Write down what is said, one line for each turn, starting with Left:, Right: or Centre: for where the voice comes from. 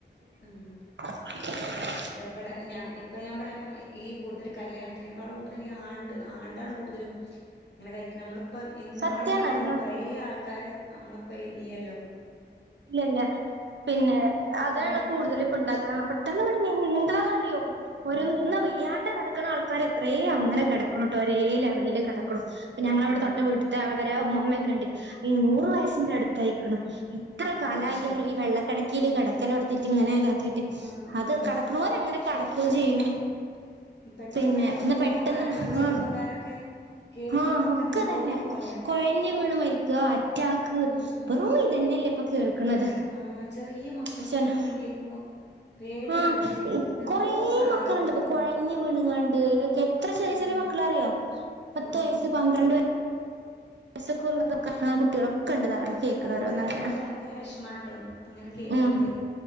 Left: ഉം
Right: <inaudible>
Left: അതെ ഇബെടെ. ഞാൻ ഇപ്പൊ ഞാൻ പറയാം. ഈ കൂടുതല് കല്യാണത്തിനേക്കാളും കൂടുതൽ ഈ ആണ്ട് ആണ്ടാണ് കൂടുതലും ഇങ്ങനെ കഴിക്ക് ണെ നമ്മള് ഇപ്പം എന്ന്
Right: സത്യാണ്
Left: കാണ്ന്നോലൊന്നും കൊറേ ആൾക്കാര് നമ്മള്പ്പ ഇല്യല്ലോ
Right: ഇല്ല ഇല്ല. പിന്നെ
Left: പെട്ടെന്ന്
Right: അതാണ്
Left: പെട്ടെന്ന്
Right: കൂടുതലു ഇപ്പ
Left: മച്ച്
Right: ഇണ്ടാക്കാ ആ പെട്ട് പെട്ടെന്ന് പെട്ടന്ന് എന്താന്ന്റിയോ ഓരോന്ന്
Left: ഉം
Right: വെയ്യാണ്ട കെട ആൾക്കാര് എത്രേ അങ്ങനെ കെടക്ക്ണ് ട്ടോ ഒരേ ലെവല് ല്
Left: ആഹ്
Right: കെടക്കുണു. ഇപ്പം ഞങ്ങവിടെ
Left: ആഹ്
Right: തൊട്ട വീട്ട് അവരെ ഉമ്മമ്മമ്മെക്കണ്ട്. ഈ നൂറ് വയസ്സിന്റെ അടുത്തയിക്ക്ണ്. എത്ര
Left: ഓഹ്
Right: കാലായറ്യാെ
Left: അത് ശരി
Right: ഈ വെള്ളത്തി കെടക്കീല് കെടക്കലോടുത്തിട്ട് ഇങ്ങനെ ഇതാക്കിട്ട്
Left: ആഹ്
Right: അത്
Left: ആഹ്
Right: കടക്കോണരങ്ങനെ
Left: ശെ
Right: കടക്കയും
Left: പെ
Right: ചെയ്യും
Left: പെട്ടെന്ന്
Right: പിന്നെ
Left: പെട്ടെന്ന്
Right: എന്നാ
Left: ഇപ്പോ
Right: പെട്ടെന്ന്
Left: ഓരോ മരണവും ഈ ചെറുപ്പക്കാരൊക്കെ
Right: ആഹ്
Left: കേൾക്കുമ്പോ
Right: ആഹ്
Left: നമുക്കന്നെ
Right: അപ്പൊത്തന്നേ
Left: എന്തോ പോലെയാ
Right: കുഴഞ്ഞ് വീണ് മരിക്കുക അറ്റാക്ക്
Left: ഉം
Right: വെറും ഇത് തന്നെയല്ലേ കേൾക്കണത്
Left: ആഹ് ചെറിയ മക്കക്കൊക്കെ
Right: പടച്ചോനെ
Left: ഇങ്ങനെ കേക്കുമ്പോ പേടിയാണ്
Right: ആഹ്
Left: പിന്നെ അങ്ങനെ
Right: കൊറേ
Left: ഓരോ മാറാ
Right: മക്കളുണ്ട്
Left: രോഗങ്ങള്
Right: ഇപ്പൊ കൊഴഞ്ഞ് വീണങ്ങാണ്ട് ഒക്കെ എത്ര ചെറിയ
Left: ഉം
Right: ചെറിയ മക്കളാ അറിയോ പത്ത്
Left: ആഹ്
Right: വയസ്സ് പന്ത്രണ്ട് വ യസൊക്കെ ഒള്ളെ അതൊക്കെ അങ്ങനെ കുട്ടികളൊക്കെ ഇണ്ട് ഇതങ്ങനെ
Left: അതെ
Right: കേക്കണ
Left: ഭയങ്കര
Right: ഓരോന്ന് അങ്ങനെ
Left: നമുക്ക് ഭയങ്കര വിഷമാട്ടോ ഇങ്ങനെ കേക്കുമ്പളേ
Right: ഉം